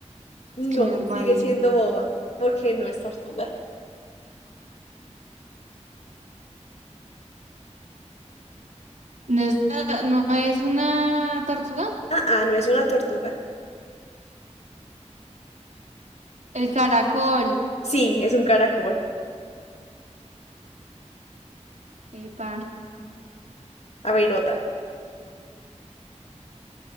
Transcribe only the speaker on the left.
No,
sigue siendo boba, porque no es tortuga.
Ah, ah, no es una tortuga.
Sí, es un caracol.
A ver, otra.